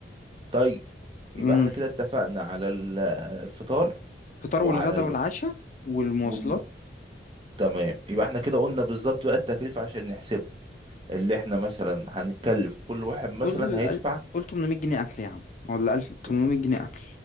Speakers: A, on the right (about 30°); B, on the left (about 45°).
A: طيب
B: امم
A: يبقى احنا كده اتفقنا على ال- الفطار
B: فطار
A: وعلى
B: والغدا
A: ال...
B: والعشاء والمواصلات
A: والم... تمام يبقى احنا كده قلنا بالظبط بقى التكلفة عشان نحسب اللي احنا مثلا هنتكلف كل واحد مثلا
B: قول
A: هيدفع
B: قل- قول 800 جنيه اكل يا عم ولا 1000 800
A: ت-
B: جنيه اكل